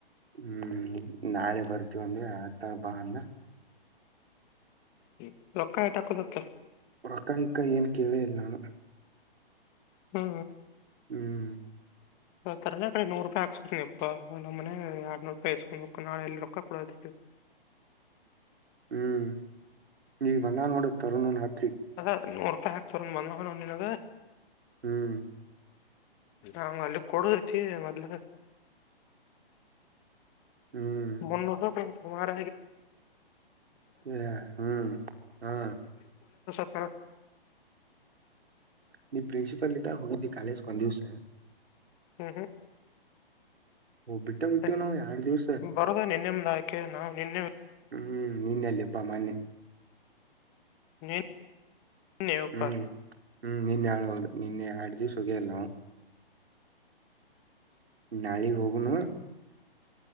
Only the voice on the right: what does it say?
ಹ್ಮ್ ನಾಳೆ ಬರ್ತೀವೊಂಡವಿ ಆತಬ ಅಂದ
ಪರಕಾಯ ಕಾಯಿಯಏನ್ ಕೀಳ ಎಲ್ಲಾನ
ಹ್ಮ್
ಹ್ಮ್ ನೀ ಬಂದಾನೋಡ ತರಣ ಹಾ
ಹ್ಮ್
ಹ್ಮ್
ಹ ಹ್ಮ್ ಹಾ
ನೀ ಪ್ರಿನ್ಸಿಪಲ್ ಇದಿಂದ ಹುಡು್ದಿ ಕಾಲೇಜ್ ಕೊನೆ ದಿವಸ
ಓ ಬಿಟ್ಟ ಬಿಟ್ಟಿವ್
ನಾವ್ ಎರಡ್ ದಿವ್ಸ
ಹ್ಮ್ ನಿನ್ನೆಲ್ಲಿ ಅಪ್ಪಾ ಮೊನ್ನೆ
ಹ್ಮ್ ಹ್ಮ್ ನಿನ್ನೆ ಹಳ್ಬಹದು ನಿನ್ನೆ ಆಡ್ದ್ವಿ ಸುಗಲ್ಲ ನಾವು ನಾಯಿಗ್ ಹೋಗನು